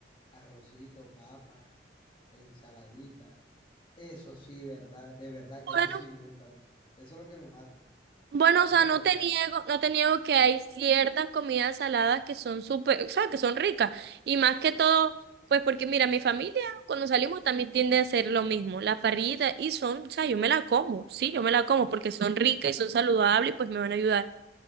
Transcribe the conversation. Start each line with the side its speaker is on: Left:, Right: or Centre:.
Left: arrocito, papa, ensaladita. Eso sí, verdad, de verdad que
Right: Bueno,
Left: eso sí me gusta. a mí. Eso es lo que me mata.
Right: Bueno,
Left: Eso
Right: o sea,
Left: es lo
Right: no
Left: que me
Right: te
Left: mata.
Right: niego, no te niego que hay ciertas comidas saladas que son súper, o sea, que son ricas. Y más que todo, pues porque mira, mi familia cuando salimos también tiende a hacer lo mismo, la parrillita, y son, o sea, yo me la como, sí, yo me la como porque son ricas y son saludables y pues me van a ayudar.